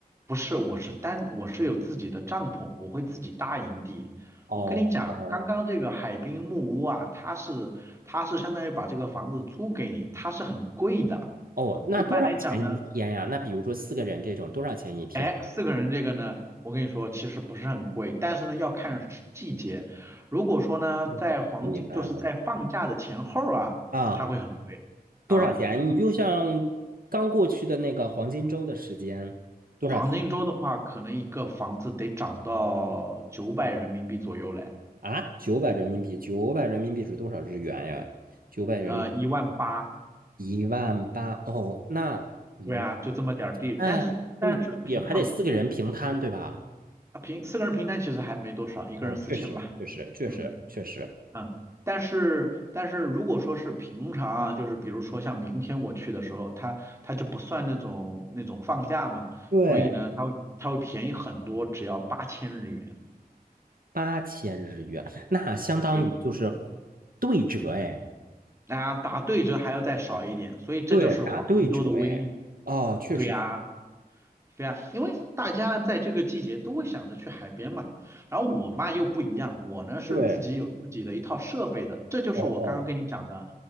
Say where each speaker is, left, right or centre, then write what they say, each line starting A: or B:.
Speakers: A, on the right (about 15°); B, on the right (about 65°).
A: 不是，我是单，我是有自己的帐篷，我会自己搭营地。
B: 哦哦
A: 我跟你讲，刚刚这个海滨木屋啊，它是，它是相当于把这个房子租给你，它是很贵的。
B: 哦，那多少钱一天呀？
A: 一般来讲呢，
B: 那比如说四个人这种，多少钱一天？
A: 哎，四个人这个呢，我跟你说，其实不是很贵，但是呢要看时季节。如果说呢，
B: 嗯，
A: 在黄金，
B: 我明白了
A: 就是在放假的前后啊，
B: 啊，
A: 它会很贵啊。
B: 多少钱？你就像刚过去的那个黄金周的时间，多少钱
A: 黄金周的话，可能一个房子得涨到九百人民币左右嘞，
B: 啊？九百人民币，九百人民币是多少日元呀？九百人民
A: 呃，一万八。
B: 一万八哦，那一
A: 对啊，就这么点儿地。但是但是平常
B: 那这么也还得四个人平摊对吧？
A: 啊，平四个人平摊其实还没多少，一个人四千吧。
B: 啊，确实，确实，确实，
A: 嗯。
B: 确实，
A: 嗯，但是但是如果说是平常啊，就是比如说像明天我去的时候，它它就不算那种那种放假嘛，
B: 对，
A: 所以呢，它会它会便宜很多，只要八千日元。
B: 八千日元，那相当于就是
A: 对，
B: 对折哎，
A: 啊，打对折还要再少一点，所以这就是黄金周的威力。
B: 对，打对折哎，哦，确实是，
A: 对呀，对呀，因为大家在这个季节都会想着去海边嘛。然后我嘛又不一样，我呢是自己有自己的一套设备的，
B: 对，
A: 这就是我刚刚跟你讲的，
B: 哦哦，